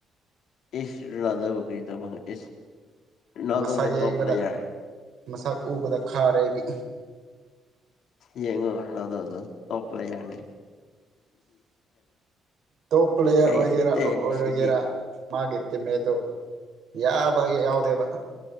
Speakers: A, on the left (about 70°); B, on the right (about 75°).
A: ꯏ ꯔꯂꯥꯗ ꯀ꯭ꯔꯤ ꯇ ꯋꯥ ꯏꯁ ꯔꯣꯅꯥꯜꯗꯣꯅꯦ
B: ꯃꯁꯛ ꯌꯦꯡꯕꯗ
A: ꯇꯣꯞ ꯄ꯭ꯂꯦꯌꯔ
B: ꯃꯁꯛ ꯎꯕꯗ ꯈꯥꯔꯦꯗꯤ
A: ꯌꯦꯡꯉ ꯍꯔꯅ ꯑꯗꯨꯣ ꯑꯗꯨ ꯇꯣꯄꯂ ꯌꯥꯅꯤꯦ
B: ꯇꯣꯞ ꯄ꯭ꯂꯦꯌꯔ
A: ꯀꯔꯤꯁꯨ
B: ꯑꯣꯏꯒꯦꯔꯥ
A: ꯅꯠꯇꯦ
B: ꯑꯣꯏꯔꯣꯏꯒꯦꯔꯥ
A: ꯃꯦꯁꯤꯗꯤ
B: ꯃꯥꯒꯤ ꯇꯤꯝꯃꯦꯠꯇꯣ ꯌꯥꯕ ꯌꯥꯎꯗꯦꯕ